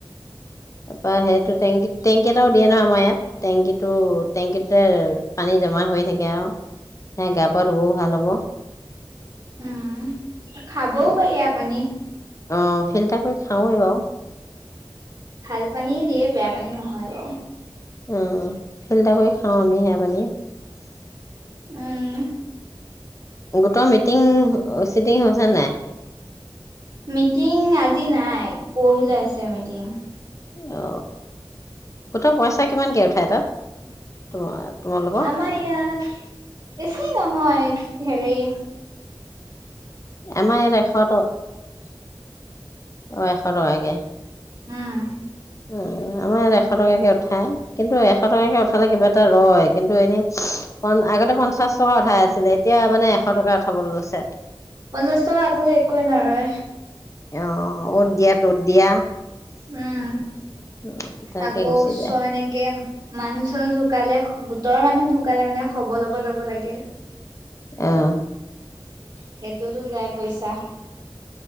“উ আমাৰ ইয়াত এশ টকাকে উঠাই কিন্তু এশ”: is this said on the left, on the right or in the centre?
Left